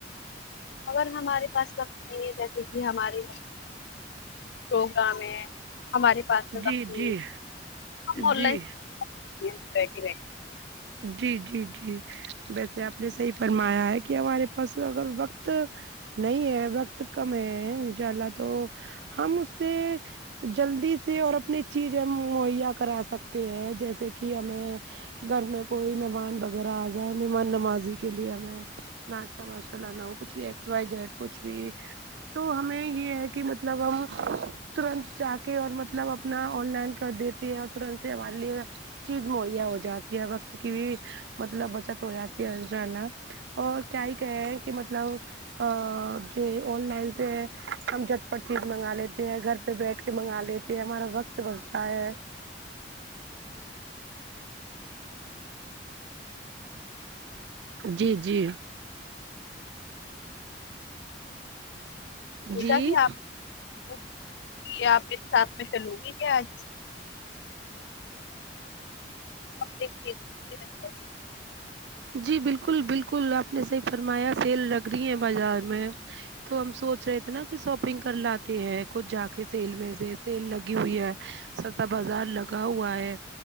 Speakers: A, on the left; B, on the right.
A: اگر ہمارے پاس وقت نہیں ہے جیسے کہ ہمارے پروگ میں ہمارے پاس میں
B: جی
A: بقی
B: جی
A: آن
B: جی
A: لائن ج بیٹ بی
B: جی جی جی ویسے آپ نے صحیح فرمایا ہے کہ ہمارے پاس اگر وقت نہیں ہے وقت کم ہے ان شاء اللہ تو ہم اس سے جلدی سے اور اپنی چیز ہم مہیا کرا سکتے ہیں جیسے کہ ہمیں گھر میں کوئی مہمان وغیرہ آ جائے مہمان نمازی کے لیے ہمیں ناشتہ واشتہ لانا ہو کچھ بھی ایکس وائی جیٹ کچھ بھی تو ہمیں یہ ہے کہ مطلب ہم ترنت جا کے اور مطلب اپنا آن لائن کر دیتے ہیں اور تورنت سے ہمارے لیے چیز مہیا ہو جاتی ہے وقت کی بھی مطلب بچت ہو جاتی ہے انشاء اللہ اور کیا ہی کہ رہے ہیں کہ مطلب ا ج آن لائن سے ہم جٹ پٹ چیز منگا لیتے ہیں گھر پھر بیٹھ کے منگا لیتے ہیں ہمارا وقت بچتا ہے جی جی
A: کمسا
B: جی
A: کہ آپ کو یہ آپ ایک ساتھ میں چلوں گی کیا آج <unintelligible>
B: جی بالکل بالکل آپ نے صحیح فرمایا سیل لگ رہی ہے بازار میں تو ہم سوچ رہے تھے نا کہ شاپنگ کر لاتے ہیں کچھ جا کے سیل میں سے سیل لگی ہوئی ہے چھتا بازار لگا ہوا ہے